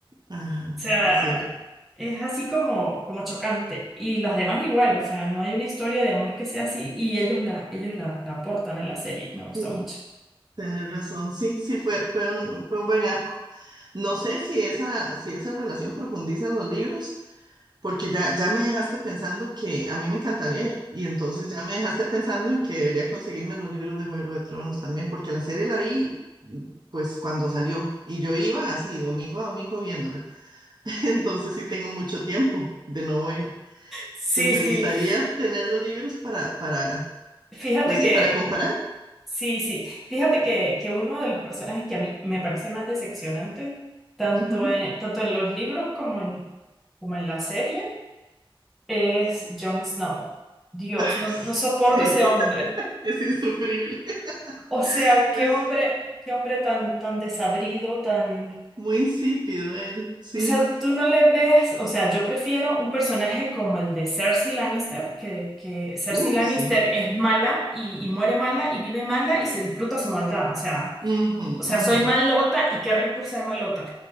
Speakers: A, on the right; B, in the centre.
A: Ajá,
B: O sea,
A: es cierto.
B: es así como, como chocante. Y las demás igual, o sea, no hay una historia de amor que sea así y ellos la, ellos la, la aportan a la serie. Me gusta
A: Sí,
B: mucho.
A: tenés razón. Sí, sí, fue, fue un, fue un buen arco. No sé si esa, si esa relación profundiza en los libros, porque ya, ya me dejaste pensando que a mí me encanta leer, y entonces ya me dejaste pensando en que debería conseguirme los libros de Juego de Tronos también, porque la serie la vi mm, pues cuando salió, y yo iba así, domingo a domingo viéndola. <laughs> Entonces sí tengo mucho tiempo de no ver.
B: Sí,
A: Entonces me
B: sí.
A: gustaría tener los libros para, para,
B: Fíjate
A: pues sí,
B: que,
A: para comparar.
B: sí, sí. Fíjate que, que uno de los personajes que a mí me parece más decepcionante, tanto
A: Ujú.
B: en, tanto en los libros como en, como en la serie, es Jon Snow. Dios,
A: Ah,
B: no, no soporto
A: sí.
B: ese
A: <laughs>
B: hombre.
A: Es insufrible. <laughs>
B: O sea, qué
A: Es
B: hombre, qué hombre tan, tan desabrido, tan
A: muy insípido él, sí.
B: O sea, tú no le ves, o sea, yo prefiero un personaje como el de Cersei Lannister, que, que Cersei
A: Uh,
B: Lannister
A: sí.
B: es mala y, y muere mala y vive mala y se disfruta su maldad. O sea,
A: Ujú,
B: o sea,
A: ujú,
B: soy malota y qué rico ser malota.